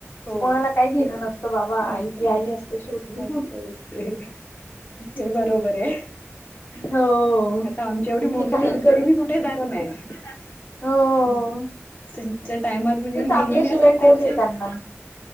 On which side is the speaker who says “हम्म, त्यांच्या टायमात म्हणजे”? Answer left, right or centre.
Left